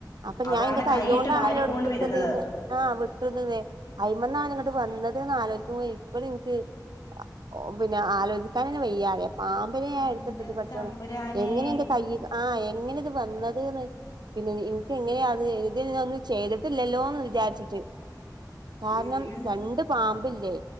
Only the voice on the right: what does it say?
അപ്പ
ഞാൻ എന്റെ
കയ്യോണ്ടാണല്ലോ
എടുത്തിട്ടത്
ആഹ് വിട്ടുന്നന്നേ അയ്മന്നാണല്ലോ ഇങ്ങട്ട് വന്നതന്ന് ആലോചിക്കുമ്പോ ഇപ്പഴും ഇൻക്ക്. അ ഒ പിന്നെ ആലോചിക്കാന്നെന്നെ വെയ്യാറിയാ പാ മ്പിനെ ഞാൻ
എടുത്തിട്ടത് പടച്ചോനെ
എങ്ങനെ എന്റെ കയ്യിൽ ആഹ് എങ്ങനെ ഇത് വന്നത് ന്ന്‌ പിന്നെ ഇൻക്ക് എങ്ങനെയാ അത് ഇതി ഒന്നും ചെയ്തിട്ടില്ലല്ലോ എന്ന് വിചാരിച്ചിട്ട് കാരണം
രണ്ട് പാമ്പില്ലേ